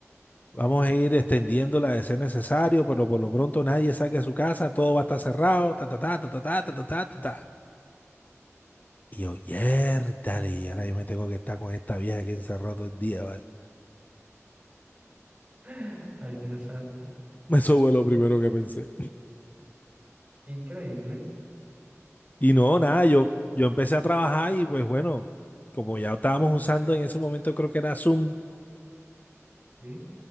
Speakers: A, on the left; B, on the right.
A: Vamos
B: Sí.
A: a ir extendiéndola de ser necesario, pero por lo pronto nadie saque a su casa, todo va a estar cerrado, ta, ta, ta, ta, ta, ta, ta, ta, ta, ta, ta". Y yo, "Yértale, y ahora yo me tengo que estar con esta vieja aquí encerrado todo el día, ¿vale?
B: <laughs> Ay, Dios santo.
A: <laughs> Eso fue lo primero que pensé.
B: Increíble.
A: Y no, nada, yo, yo empecé a trabajar y pues bueno, como ya estábamos usando en ese momento, creo que era Zoom
B: Sí,